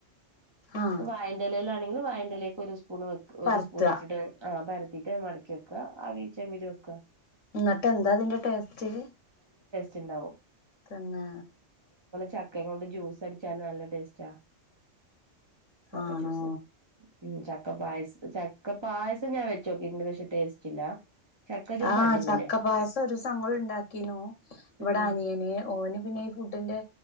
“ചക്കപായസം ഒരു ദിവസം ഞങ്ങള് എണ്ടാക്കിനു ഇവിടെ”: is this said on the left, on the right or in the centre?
Left